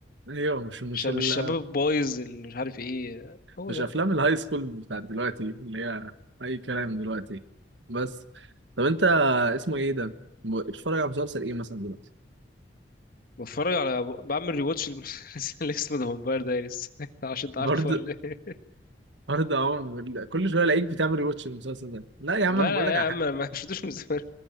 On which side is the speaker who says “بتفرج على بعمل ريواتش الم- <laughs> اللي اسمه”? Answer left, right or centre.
Left